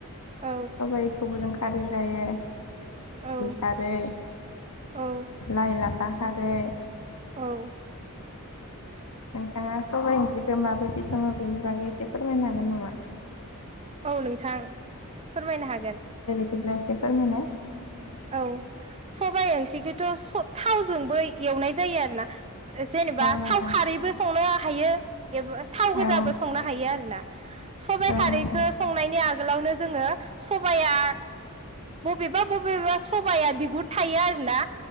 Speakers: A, on the right; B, on the left.
A: औ
B: सबायखौबो जों खारि जायो।
A: औ
B: खारै
A: औ
B: लाइ लाफा खारै।
A: औ।
B: नोंथाङा सबाइ ओंख्रिखौ माबायदि सङो बेनि बागै एसे फोरमायनो हागोन नामा
A: औ नोंथां फोरमायनो हागोन।
B: बादिनोएसे फोरमायनाय
A: औ सबाइ ओंख्रिखोथ' स' थावजोंबो एवनाय जायो आरोना। जेनेबा
B: औ नोंथां
A: थाव खारैबो संनो हायो। ए थाव गोजाबो
B: औ
A: संनो हायो आरो ना सबाय
B: औ
A: खारिखौ
B: नोंथां
A: संनायनि आगो आगोलावनो जोंङो सबाया बबेबा बबेबा सबाया बिगुर थायो आरोना